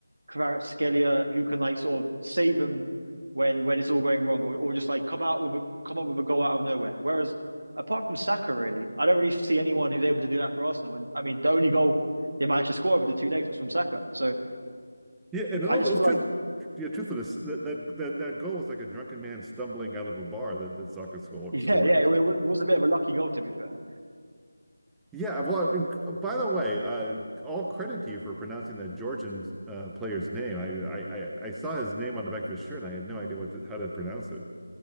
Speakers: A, on the right; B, in the centre.
A: Kvaratskhelia who can like sort of save them when when it's all going wrong, or, or just like come out with a come up with a goal out of nowhere. Whereas apart from Saka, really, I don't really see anyone who's able to do that for Arsenal. And I mean, the only goal they managed to score over the two legs was from Saka. So
B: Yeah, and in
A: I
B: all
A: just
B: the
A: feel
B: truth,
A: like,
B: yeah, truthfulness, that, that that that goal was like a drunken man stumbling out of a bar that that soccer score,
A: yeah,
B: scored.
A: yeah, it, it was a bit of a lucky goal to be fair.
B: Yeah, well, and by the way, uh, all credit to you for pronouncing that Georgian uh, player's name. I, I I I saw his name on the back of his shirt, and I had no idea what to, how to pronounce it.